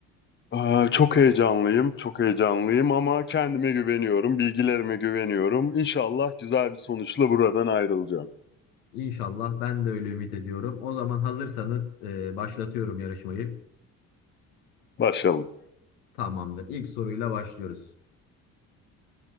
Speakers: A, on the left; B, on the left.
A: Aa, çok heyecanlıyım çok heyecanlıyım ama kendime güveniyorum bilgilerime güveniyorum. İnşallah güzel bir sonuçla buradan ayrılacağım.
B: İnşallah ben de öyle ümit ediyorum. O zaman hazırsanız e, başlatıyorum yarışmayı.
A: Başlayalım.
B: Tamamdır. İlk soruyla başlıyoruz.